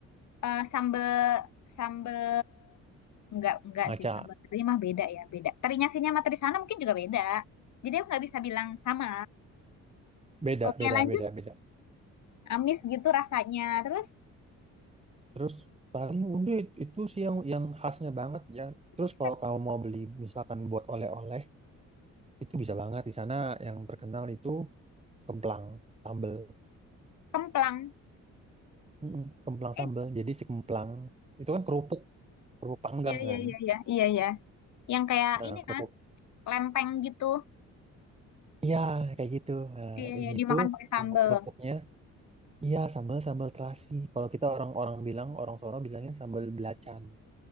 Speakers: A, on the left; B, on the right.
A: eh, sambel sambel enggak enggak
B: Maca.
A: sih sambal teri mah beda ya, beda. Terinya sini sama teri sana mungkin juga beda. Jadi aku nggak bisa bilang sama.
B: Beda,
A: Oke,
B: beda,
A: lanjut.
B: beda, beda.
A: Amis gitu rasanya. Terus,
B: Terus paling udah it- itu sih yang yang khasnya banget ya.
A: terus
B: Terus kalau kamu mau beli misalkan buat oleh-oleh itu bisa banget di sana yang terkenal itu kemplang sambel.
A: kemplang.
B: Mm-mm, kemplang
A: Eh,
B: sambel. Jadi si kemplang itu kan kerupuk kerupuk panggang
A: iya iya
B: kan.
A: iya iya iya iya. Yang kayak
B: Nah
A: ini
B: kerupuk.
A: kan, lempeng gitu.
B: Iya kayak gitu. Nah,
A: Iya,
B: ini
A: iya, dimakan
B: tuh
A: pakai sambal.
B: kalau kerupuknya iya sambal sambal terasi. Kalau kita orang-orang bilang orang sono bilangnya sambal belacan.